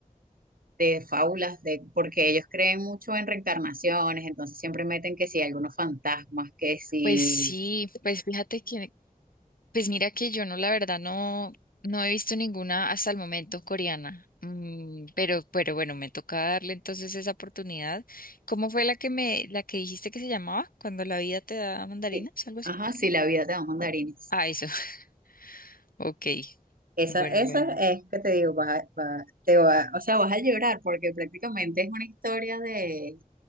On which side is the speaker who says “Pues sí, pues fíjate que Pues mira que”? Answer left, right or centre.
Left